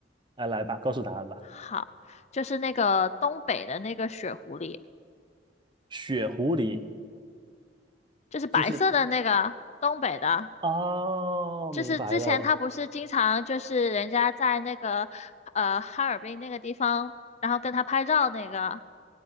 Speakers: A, on the right; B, on the left.
A: 哎，来吧，告诉答案吧。
B: 好，就是那个东北的那个雪狐狸，
A: 雪狐狸
B: 就是白色的那个东北的，
A: 就是哦，
B: 就是之前他不是经常就是人家在那个呃哈尔滨那个地方，
A: 明白了。
B: 然后跟他拍照那个。